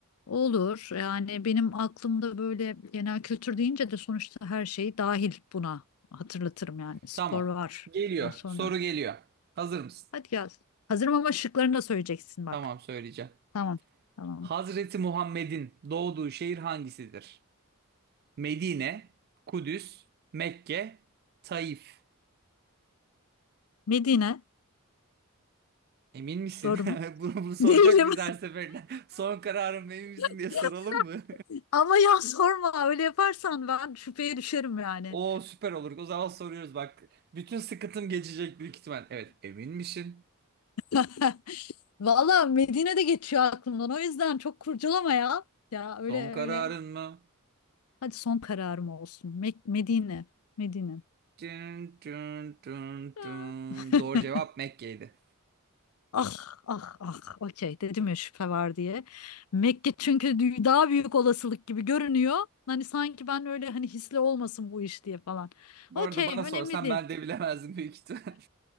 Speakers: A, on the left (about 80°); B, on the right (about 45°).
A: Olur yani benim aklımda böyle genel kültür deyince de sonuçta her şey dahil buna hatırlatırım yani spor
B: Tamam.
A: var
B: Geliyor.
A: daha sonra.
B: Soru geliyor. Hazır mısın?
A: Hadi gel. Hazırım ama şıklarını da söyleyeceksin bak.
B: Tamam söyleyeceğim.
A: Tamam tamam.
B: Hazreti Muhammed'in doğduğu şehir hangisidir? Medine, Kudüs, Mekke, Taif.
A: Medine
B: Emin misin?
A: doğru
B: <laughs>
A: mu?
B: Bunu, bunu
A: <laughs>
B: soracak
A: Değilim.
B: biz her seferinde. <laughs> Son kararın mı, emin misin
A: <laughs>
B: diye soralım mı?
A: Ama ya <laughs> sorma öyle yaparsan ben şüpheye düşerim
B: <laughs>
A: yani.
B: Oo süper olur. O zaman soruyoruz bak. Bütün sıkıntım geçecek büyük ihtimal. Evet, emin misin?
A: <laughs> Valla Medine de geçiyor aklımdan o yüzden çok kurcalama ya. Ya
B: Son
A: öyle
B: kararın
A: öyle.
B: mı?
A: Hadi son kararım olsun. Me- Medine. Medine.
B: Tün tün tün
A: Ya.
B: tün.
A: <laughs>
B: Doğru cevap Mekke'ydi.
A: Ah ah ah okey dedim ya şüphe var diye. Mekke çünkü dü- daha büyük olasılık gibi görünüyor. Hani sanki ben öyle hani hisli olmasın bu iş diye falan.
B: Bu
A: Okey
B: arada bana
A: önemli
B: sorsan
A: değil.
B: ben de bilemezdim büyük ihtimal.